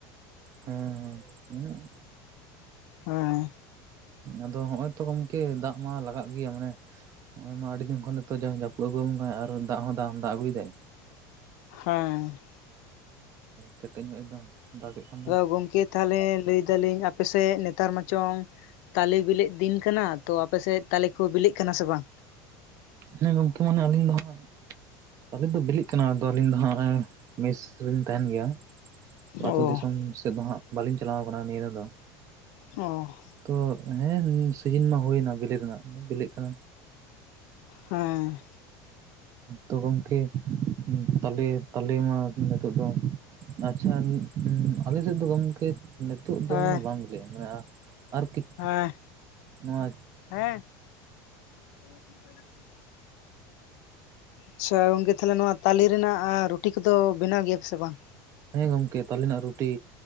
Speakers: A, on the right; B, on the left.
A: ᱦᱮᱸ ᱦᱮᱸ, ᱢᱟᱱᱮᱠ
B: ᱦᱮᱸ᱾
A: ᱟᱫᱚ ᱦᱚᱜ-ᱚᱭ ᱛᱚ ᱜᱚᱝᱠᱮ ᱫᱟᱜ ᱢᱟ ᱞᱟᱜᱟᱜ ᱜᱮᱭᱟ ᱢᱟᱱᱮ ᱦᱚᱜ-ᱚᱭ ᱢᱟ ᱟᱹᱰᱤ ᱫᱤᱱ ᱠᱷᱚᱱ ᱱᱤᱛᱚᱜ ᱡᱟᱹᱯᱩᱫ ᱟᱹᱜᱩ ᱟᱵᱚ ᱠᱟᱱᱟ ᱟᱨ ᱫᱟᱜ ᱦᱚᱸ ᱫᱟᱜ ᱫᱟᱜ ᱟᱹᱜᱩᱭᱮᱫᱟᱭ᱾
B: ᱦᱮᱸ᱾
A: ᱠᱮᱴᱮᱡ ᱧᱚᱜ ᱜᱮ ᱛᱟᱢᱟ᱾ ᱫᱟᱜ ᱮᱫ ᱠᱷᱟᱱ᱾
B: ᱟᱫᱚ ᱜᱚᱝᱠᱮ ᱛᱟᱦᱚᱞᱮ ᱞᱟᱹᱭ ᱮᱫᱟᱞᱤᱧ ᱟᱯ ᱟᱯᱮᱥᱮᱫ ᱱᱮᱛᱟᱨ ᱢᱟᱪᱚᱝ ᱛᱟᱞᱮ ᱵᱤᱞᱤᱜ ᱫᱤᱱ ᱠᱟᱱᱟ ᱛᱚ ᱟᱯᱮᱥᱮᱫ ᱛᱟᱞᱮ ᱠᱚ ᱵᱤᱞᱤᱜ ᱠᱟᱱᱟ ᱥᱮ ᱵᱟᱝ?
A: ᱦᱮᱸ ᱜᱚᱝᱠᱮ ᱢᱟᱱᱮ ᱟᱹᱞᱤᱧ ᱫᱚ ᱦᱟᱜ ᱛᱟᱞᱮ ᱫᱚ ᱵᱤᱞᱤᱜ ᱠᱟᱱᱟ᱾ ᱟᱫᱚ ᱟᱹᱞᱤᱧ ᱫᱚ ᱦᱟᱜ ᱱᱟᱜ ᱟᱭ ᱢᱮᱥ ᱨᱮᱞᱤᱧ ᱛᱟᱦᱮᱱ ᱜᱮᱭᱟ᱾ ᱛᱚ
B: ᱚ
A: ᱟᱛᱩ ᱫᱤᱥᱚᱢ ᱥᱮᱫ ᱫᱚ ᱦᱟᱜ ᱵᱟᱹᱞᱤᱧ ᱪᱟᱞᱟᱣ ᱠᱟᱱᱟ ᱱᱤᱭᱟᱹ ᱫᱷᱟᱣ ᱫᱚ᱾
B: ᱚ
A: ᱛᱚ ᱦᱮᱸ ᱥᱤᱡᱤᱱ ᱢᱟ ᱦᱩᱭᱮᱱᱟ ᱵᱤᱞᱤ ᱫᱚ ᱦᱟᱜ ᱵᱤᱞᱤᱜ ᱠᱟᱱᱟ᱾
B: ᱦᱮᱸ
A: ᱛᱚ ᱜᱚᱝᱠᱮ ᱛᱟᱞᱮ ᱛᱟᱞᱮ ᱢᱟ ᱱᱤᱛᱚᱜ ᱫᱚ ᱟᱪᱪᱷᱟ, ᱟᱞᱮ ᱥᱮᱫ ᱫᱚ ᱜᱚᱝᱠᱮ ᱱᱤᱛᱚᱜ ᱫᱚ
B: ᱦᱮᱸ
A: ᱢᱟᱱᱮ ᱵᱟᱝ ᱵᱤᱞᱤᱜ-ᱟ᱾ ᱢᱟᱱᱮ ᱟᱨ ᱟᱨᱠᱤᱜ
B: ᱦᱮᱸ
A: ᱱᱚᱣᱟ
B: ᱦᱮᱸ <unintelligible> ᱟᱪᱪᱷᱟ ᱜᱚᱝᱠᱮ ᱛᱟᱦᱚᱞᱮ ᱱᱚᱣᱟ ᱛᱟᱞᱮ ᱨᱮᱱᱟᱜ ᱨᱩᱴᱤ ᱠᱚᱫᱚ ᱵᱮᱱᱟᱣ ᱜᱮᱭᱟ ᱯᱮᱥᱮ ᱵᱟᱝ,
A: ᱦᱮᱸ ᱜᱚᱝᱠᱮ ᱛᱟᱞᱮᱱᱟᱜ ᱨᱩᱴᱤ